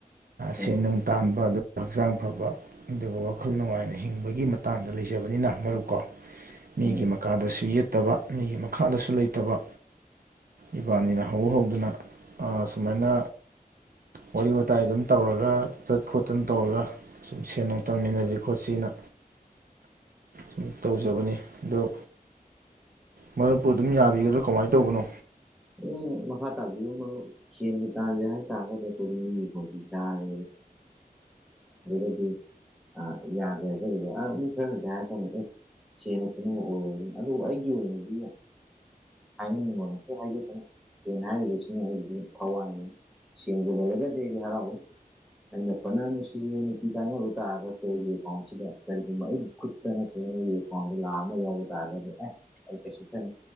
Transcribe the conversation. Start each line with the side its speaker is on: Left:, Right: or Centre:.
Right: ꯁꯦ
Centre: ꯎꯝ
Right: ꯅꯨꯡ ꯇꯥꯟꯕ ꯑꯗꯨ ꯍꯛꯆꯥꯡ ꯐꯕ ꯑꯗꯨꯒ ꯋꯥꯈꯜ ꯅꯨꯡꯉꯥꯏꯅ ꯍꯤꯡꯕꯒꯤ ꯃꯇꯥꯡꯗ ꯂꯩꯖꯕꯅꯤꯅ ꯃꯔꯨꯀꯣ ꯃꯤꯒꯤ
Centre: ꯎꯝ
Right: ꯃꯈꯥꯗꯁꯨ ꯌꯦꯠ ꯂꯩꯇꯕ ꯃꯤꯒꯤ ꯃꯈꯥꯗꯁꯨ ꯂꯩꯇꯕ ꯏꯕꯥꯅꯤꯅ ꯍꯧꯧꯕ ꯍꯧꯗꯨꯅ ꯁꯨꯃꯥꯏꯅ ꯋꯥꯔꯤ ꯋꯥꯇꯥꯏ ꯑꯗꯨꯝ ꯇꯧꯔꯒ ꯆꯠ ꯈꯣꯠꯇꯅ ꯇꯧꯔꯒ ꯁꯨꯝ ꯁꯦꯟ ꯅꯨꯡ ꯇꯥꯃꯤꯟꯅꯁꯤ ꯈꯣꯠꯁꯤꯅ ꯁꯨꯝ ꯇꯧꯖꯕꯅꯤ ꯑꯣ ꯃꯔꯨꯞꯄꯨ ꯑꯗꯨꯝ ꯌꯥꯕꯤꯒꯗ꯭ꯔꯥ ꯀꯃꯥꯏꯅ ꯇꯧꯕꯅꯣ
Centre: ꯑꯦ ꯃꯈꯥ ꯇꯥꯕꯤꯌꯨ ꯃꯔ ꯁꯦꯟꯗꯤ ꯇꯥꯜꯒꯦ ꯍꯥꯏꯇꯥꯔꯒꯗꯤ ꯑꯩꯈꯣꯏꯗꯤ ꯃꯤꯒꯤ ꯈꯣꯡꯇꯤ ꯆꯥꯔꯦ ꯦꯗꯤ ꯑ ꯌꯥꯗ꯭ꯔꯦ ꯑ ꯃꯤ ꯈꯔꯗꯤ ꯍꯥꯏꯔ ꯁꯦꯟꯅ ꯄꯨꯝꯅꯃꯛ ꯑꯣꯏꯔꯗꯅ ꯑꯗꯨꯕꯨ ꯑꯩꯒꯤ ꯑꯣꯏꯅꯗꯤ ꯍꯥꯏꯅꯤꯡꯕ ꯉꯩ ꯍꯥꯏꯒꯁ ꯦꯟ ꯍꯥꯏꯔꯤꯕꯁꯤꯅ ꯑꯩ ꯈꯋꯥꯡ ꯆꯦꯟꯕꯨ ꯂꯩꯔꯒꯗꯤ ꯑꯩꯗꯤ ꯍꯔꯥꯎꯋꯏ ꯑꯩꯅ ꯈꯣꯠꯅ ꯅꯨꯡꯁꯤꯖꯕ ꯅꯨꯄꯤ ꯀꯥꯏꯅꯕ ꯇꯥꯔꯒꯁꯨ ꯑꯩꯒꯤ ꯄꯥꯎꯟꯁꯤꯗ ꯀꯔꯤꯒꯨꯝꯕ ꯑꯩ ꯈꯨꯠꯇ ꯅꯠꯇ ꯀꯣꯟꯗ ꯂꯥꯔ ꯑꯃ ꯌꯥꯎꯕ ꯇꯥꯔꯒꯗꯤ ꯑꯦ ꯀꯩꯁꯨ ꯊꯟ